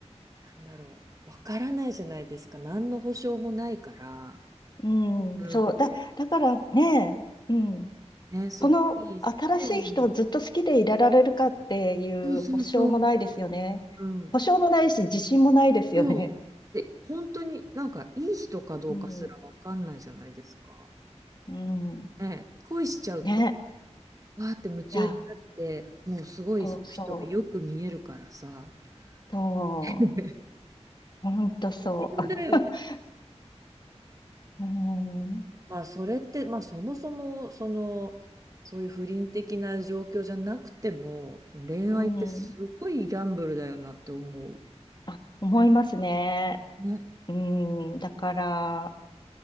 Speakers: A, on the right; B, on the left.
A: なんだろう、わからないじゃないですか。何の保証もないから。
B: うん、
A: うん、
B: そう、だ、
A: で、
B: だからね、うん。
A: ね、すごい、
B: この新しい人をずっと好きでいられるかっていう保証もないですよね。
A: でも、そうそうそう、うん。
B: 保証もないし、自信もないですよね。
A: そう、で、本当になんかいい人かどうかすらわかんないじゃないですか。
B: うん。うん。うん
A: ね、恋しちゃうと、
B: ね。
A: わーって夢中になって、
B: いや、
A: もうすごいその人がよく見えるからさ。
B: そうそう。そう。
A: <laughs>
B: ほんとそう。
A: 変だよね。
B: <laughs> うん。
A: まあそれって、まあそもそも、その、そういう不倫的な状況じゃなくても、その恋愛ってすごいギャンブルだよなって思う。
B: うん。あ、思いますね。
A: ね。
B: うん。だから、